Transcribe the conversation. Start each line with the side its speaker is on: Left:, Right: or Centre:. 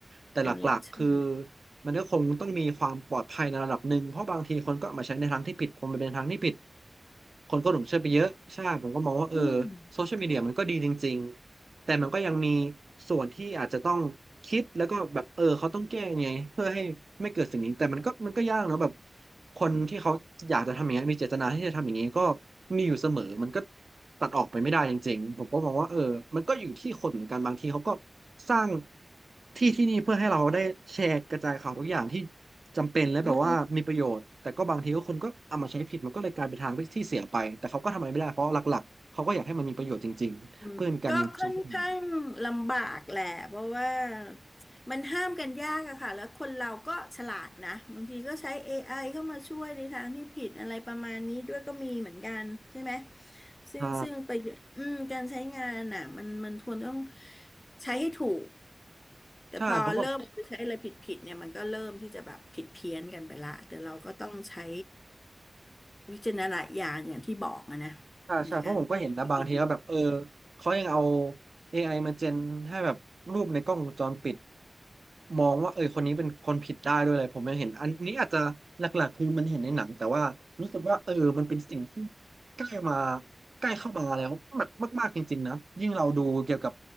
Right: แต่หลักๆคือ
Left: อันเนี้ยใช่
Right: มันก็คงต้องมีความปลอดภัยในระดับหนึ่งเพราะบางทีคนก็เอามาใช้ในทางที่ผิดพอมันเป็นทางที่ผิด คนก็หลงเชื่อไปเยอะใช่ผมก็มองว่าเออ
Left: อืม
Right: โซเชียลมีเดียมันก็ดีจริงๆแต่มันก็ยังมีส่วนที่อาจจะต้องคิดแล้วก็แบบเออเขาต้องแก้ไงเพื่อให้ไม่เกิดสิ่งนี้แต่มันก็มันก็ยากเนอะแบบคนที่เขาอยากจะทำอย่างนี้นมีเจตนาที่จะทำอย่างนี้ก็มีอยู่เสมอมันก็ตัดออกไปไม่ได้จริงๆผมก็มองว่าเออมันก็อยู่ที่คนเหมือนกันบางทีเขาก็ สร้างที่ที่นี่เพื่อให้เราได้แชร์กระจายข่าวทุกอย่างที่จำเป็นและแบบว่ามีประโยชน์แต่ก็บางทีก็คนก็เอามาใช้ผิดมันก็เลยกลายเป็นทางที่เสียไปแต่เขาก็ทำอะไรไม่ได้เพราะหลักๆเขาก็อยากให้มันมีประโยชน์จริงๆเพื่อเป็นการมีโซเชียลมีเดีย
Left: มัน อืมก็ค่อนข้างลำบากแหละเพราะว่ามันห้ามกันยากอะค่ะแล้วคนเราก็ฉลาดนะบางทีก็ใช้ AI เข้ามาช่วยในทางที่ผิดอะไรประมาณนี้ด้วยก็มีเหมือนกันใช่ไหมซึ่งซึ่งไปอืมการใช้งานน่ะมันมันควรต้อง
Right: ใช่
Left: ใช้ให้ถูกแต่พอเริ่มเอาไปใช้อะไรผิดผิดเนี่ยมันก็เริ่มที่จะแบบผิดเพี้ยนกันไปละแต่เราก็ต้องใช้
Right: ใช่เพราะแบบ
Left: วิจารณญาณอย่างที่บอกอะนะ
Right: ใช่ใช่เพราะผมก็เห็นนะบางทีก็แบบเออ
Left: ในการที่เข้าไปดู
Right: เขายังเอา a อไอมาเจนให้แบบรูปในกล้องวงจรปิดมองว่าเออคนนี้เป็นคนผิดได้ด้วยเลยผมยังเห็นอันนี้อาจจะหลักๆคือมันเห็นในหนังแต่ว่ารู้สึกว่าเออมันเป็นสิ่งที่ใกล้มาใกล้เข้ามาแล้วมากมากๆจริงๆนะยิ่งเราดูเกี่ยวกับ